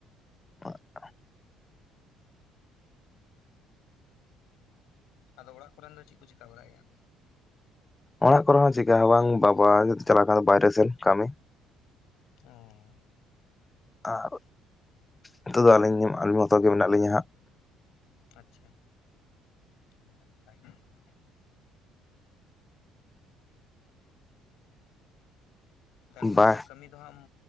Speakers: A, on the left; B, on the left.
A: <inaudible>
B: ᱟᱫᱚ ᱚᱲᱟᱜ ᱠᱚᱨᱮᱱ ᱫᱚ ᱪᱤᱜ ᱠᱚ ᱪᱤᱠᱟ ᱵᱟᱲᱟᱭᱮᱜ-ᱟ?
A: ᱚᱲᱟᱜ ᱠᱚᱨᱮ ᱦᱚᱸ ᱪᱤᱠᱟ ᱦᱚᱸ ᱵᱟᱝ ᱵᱟᱵᱟ ᱪᱟᱞᱟᱣ ᱠᱟᱱ <unintelligible> ᱵᱟᱭᱨᱮ ᱥᱮᱱ ᱠᱟᱹᱢᱤ᱾
B: ᱚᱻ᱾
A: ᱟᱨ ᱱᱤᱛᱚᱜ ᱫᱚ ᱟᱹᱞᱤᱧ ᱟᱹᱞᱤᱧ ᱢᱚᱛᱚ ᱜᱮ ᱢᱮᱱᱟᱜ ᱞᱤᱧᱟᱹ ᱦᱟᱸᱜ᱾
B: ᱟᱪᱪᱷᱟ, ᱤᱧ ᱦᱚᱸ ᱱᱟᱯᱟᱭ ᱜᱮ <inaudible> ᱮᱠᱷᱚᱱ
A: ᱵᱟ
B: ᱫᱚ ᱠᱟᱹᱢᱤ ᱫᱚᱦᱟᱸᱜ ᱮᱢ